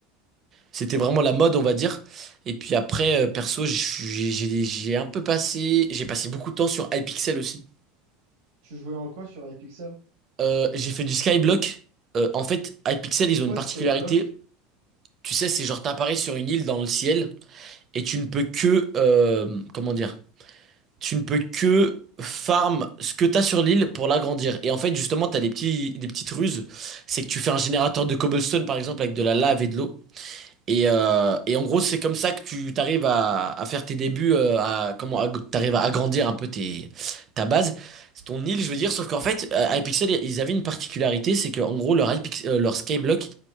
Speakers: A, on the right (about 25°); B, on the right (about 80°).
A: C'était vraiment la mode, on va dire. Et puis après, euh, perso, je suis- j'ai j'ai- j'ai un peu passé, j'ai passé beaucoup de temps sur Hypixel aussi.
B: Tu jouais en quoi sur iPixel?
A: Euh, j'ai fait du Skyblock. Euh, en fait, Hypixel,
B: C'est
A: ils
B: quoi
A: ont une particularité.
B: Skyblock?
A: Tu sais, c'est genre t'apparais sur une île dans le ciel et tu ne peux que, euh, comment dire? tu ne peux que farm ce que t'as sur l'île pour l'agrandir. Et en fait, justement, t'as des petits, des petites ruses. C'est que tu fais un générateur de cobblestone, par exemple, avec de la lave et de l'eau. Et, euh, et en gros, c'est comme ça que tu t'arrives à, à faire tes débuts, euh, à comment à- t'arrives à agrandir un peu tes, ta base, C'est ton île, je veux dire. Sauf qu'en fait, euh, Hypixel, ils avaient une particularité, c'est qu'en gros, leur Hypix- euh, leur Skyblock